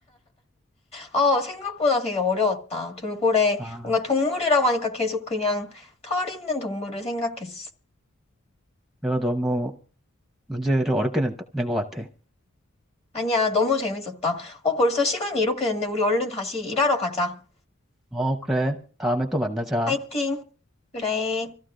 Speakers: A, on the left (about 30°); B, in the centre.
A: 어, 생각보다 되게 어려웠다. 돌고래.
B: 아,
A: 뭔가 동물이라고 하니까 계속 그냥 털 있는 동물을 생각했어.
B: 내가 너무 문제를 어렵게 낸, 낸것 같아.
A: 아니야, 너무 재밌었다. 어, 벌써 시간이 이렇게 됐네. 우리 얼른 다시 일하러 가자.
B: 어, 그래. 다음에 또 만나자.
A: 파이팅! 그래.